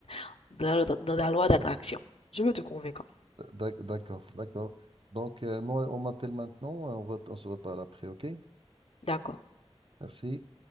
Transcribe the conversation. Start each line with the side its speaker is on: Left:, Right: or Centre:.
Left: <laughs> de la loi d'attraction. Je veux te convaincre.
Right: d'ac- d'accord, d'accord. Donc, euh, moi, on m'appelle maintenant, on, rep- on se reparle après, ok?
Left: D'accord.
Right: Merci.